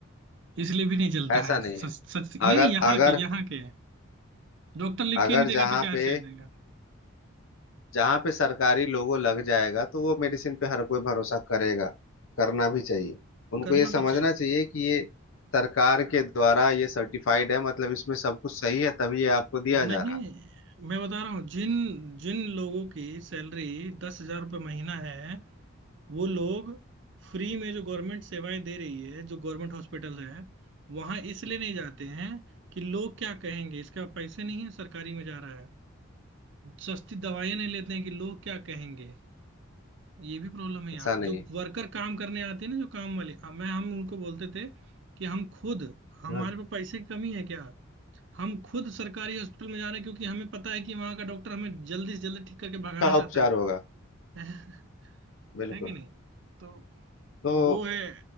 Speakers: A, on the right; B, on the left.
A: इसलिए भी नहीं चलता
B: ऐसा
A: है
B: नहीं
A: सच,
B: है
A: सच नहीं
B: अगर
A: नहीं यहाँ
B: अगर
A: के यहाँ के डॉक्टर लिख
B: अगर
A: के नहीं देगा
B: जहाँ
A: तो क्या
B: पे
A: से देगा
B: जहाँ पे सरकारी लोगो लग जाएगा तो वो मेडिसिन पे हर कोई भरोसा करेगा करना भी
A: ये
B: चाहिए उनको
A: करना
B: ये समझना
A: तो चाहिए
B: चाहिए कि ये सरकार के द्वारा ये सर्टिफाइड है मतलब इसमें सब कुछ सही है तभी ये आपको दिया
A: नहीं
B: जा रहा है
A: मैं बता रहा हूँ जिन जिन लोगों की सैलरी दस हजार रुपये महीना है वो लोग फ्री में जो गवर्नमेंट सेवाएं दे रही है जो गवर्नमेंट हॉस्पिटल है वहां इसलिए नहीं जाते हैं कि लोग क्या कहेंगे इसका पैसे नहीं है सरकारी में जा रहा है सस्ती दवाइयाँ नहीं लेते हैं कि लोग क्या कहेंगे ये भी प्रॉब्लम है यहाँ
B: ऐसा नहीं
A: जो वर्कर काम करने आते हैं ना जो काम वाले अब मैं हम उनको बोलते थे कि हम खुद हमारे
B: है
A: पास पैसे की कमी है क्या हम खुद सरकारी हॉस्पिटल में जा रहे हैं क्योंकि हमें पता है कि वहाँ का डॉक्टर हमें जल्दी से जल्दी ठीक करके भगाना
B: का
A: चाहता
B: उपचार
A: है
B: होगा
A: <laughs>
B: बिल्कुल
A: है कि नहीं तो
B: तो
A: वो है